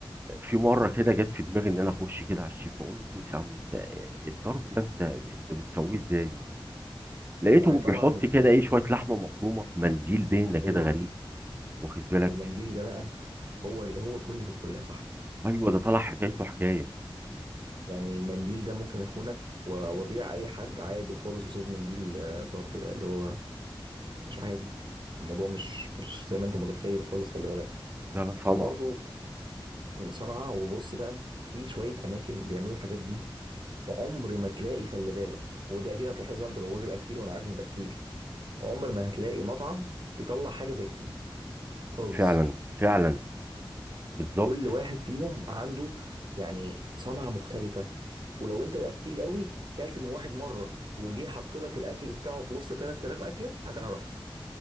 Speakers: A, on the right; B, on the right.
A: في مره كده جت في دماغي ان انا اخش كده على الشيف اقول له خد يا عم انت، آه، الطرب ده انت انت بتسويه ازاي مثلا لقيته
B: هي طبعا
A: بيحط كده ايه شويه لحمه مفرومه في منديل دهنه كده
B: ايوه
A: غريب واخد بالك
B: المنديل ده بقى هو هو كل في الكل يا صاحبي
A: ايوه ده طلع حكايته حكايه
B: يعني المنديل ده ممكن اخونك و- وابيع اي حد عادي خالص قصاد منديل آه، طرب ده اللي هو مش عادي الموضوع مش مش زي ما انت متخيل خالص خلي بالك
A: ده لا صنع
B: وبرضه صنعاء وبص بقى في شويه اماكن بيعملوا الحاجات دي عمر ما تلاقي خلي بالك وده اكيد هتلاحظها انت لو راجل اكيل وانا عارف ان ده اكيل عمر ما هتلاقي مطعم بيطلع حاجه زي التاني خالص
A: فعلا فعلا بالظبط
B: كل واحد فيهم عنده يعني صنعه مختلفه ولو انت اكيل قوي كلت من واحد مره وجه حط لك الاكل بتاعه في وسط 3000 اكله هتعرفه